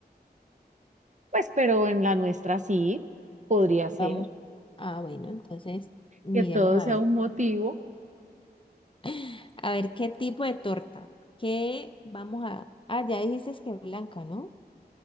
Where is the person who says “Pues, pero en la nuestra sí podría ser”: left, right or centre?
Right